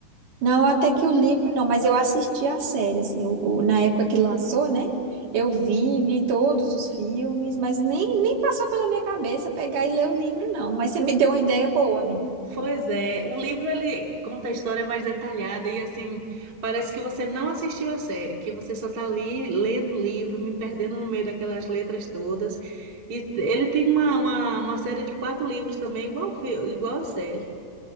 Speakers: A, on the right (about 50°); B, on the right (about 30°).
A: Não, até que o livro não, mas eu assisti a série, assim, o, o- na época que lançou, né? Eu vi, vi todos os filmes, mas nem, nem passou pela minha cabeça pegar e ler o livro, não. Mas você me deu uma ideia boa, amiga.
B: Pois é, o livro ele conta a história mais detalhada e assim, parece que você não assistiu a série, que você só tá ali lendo o livro, me perdendo no meio daquelas letras todas. E ele tem uma, uma, uma série de quatro livros também, igual, o fi- igual a série.